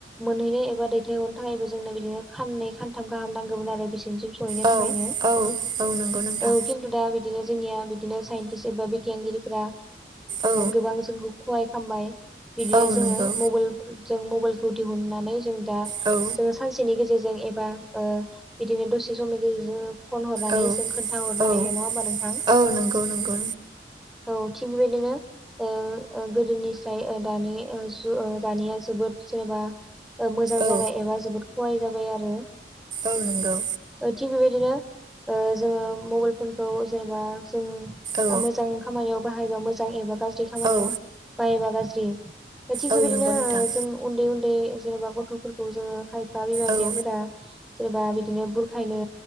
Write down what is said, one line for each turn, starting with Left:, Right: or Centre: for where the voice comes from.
Centre: मोनहैनो एबा दैथायहरनो थाखायबो जोंनो बिदिनो खाननै खानथाम गाहाम नांगौमोन आरो बिसिनि सहैनो
Right: औ
Centre: थाखायनो औ
Right: औ नंगौ नोंथां
Centre: कि तु दा बिदिनो जोंनिया बिदिनो साइन्टिस्ट एबा बिगियानगिरिफ्रा
Right: औ
Centre: गोबां खहाय खामबाय बिदिनो
Right: औ
Centre: जोङो
Right: नंगौ
Centre: मबाइल जों मबाइलखौ दिहुननानै जों दा
Right: औ
Centre: जोङो सानसेनि गेजेरजों एबा ओ बिदिनो दसे समनि गेजेरजों फन हरनानै
Right: औ
Centre: जों खोनथाहरनो
Right: औ
Centre: हायो नङा होमबा नोंथां
Right: औ नंगौ नंगौ
Centre: औ थिग बेबायदिनो ओ ओ गोदोनिफ्राय ओ दानि जु दानिया जोबोद जेनेबा ओ मोजां
Right: औ
Centre: जाबाय एबा जोबोद खहाय जाबाय आरो
Right: औ नंगौ
Centre: ओ थिग बेबायदिनो ओ जोङो मबाइलफोरखौ जेनेबा जों
Right: औ
Centre: मोजां खामानियाव बाहायबा मोजां एबा गाज्रि खामानियाव
Right: औ
Centre: बाहायबा गाज्रि थिग
Right: औ
Centre: बेबायदिनो
Right: नंगौ
Centre: ओ
Right: नोंथां
Centre: जों उन्दै उन्दै जेनेबा गथ'फोरखौ जोङो हाइ बा बिमा बिफायाफोरा
Right: औ
Centre: जेनेबा बिदिनो बुरखायनो